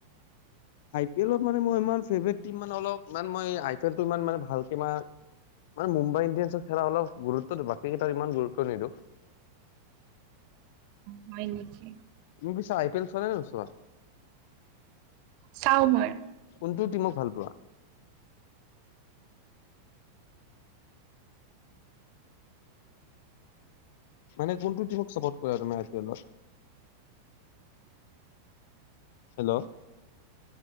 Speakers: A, on the left; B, on the right.
A: আই পি এলত মানে মই ই ফেভটট মানে অলপ ইমান মই আই পি এলটো ইমান ভালকে ই- মান মুমাই ইণ্ডিয়ানছৰ খেলা অলপ গুৰুত্ব দিয়ো বাকী কেইটাত ইমান গুৰুত্ব নিদিওঁ।
B: হয় নেকি?
A: তুমি পিছে আই পি এল চোৱানে নোচোৱা?
B: চাও মই।
A: কোনটো টিমক ভাল পোৱা? মানে কোনটো টিমক ছাপৰ্ট কৰা তুমি আই পি এলৰ? হেল্ল'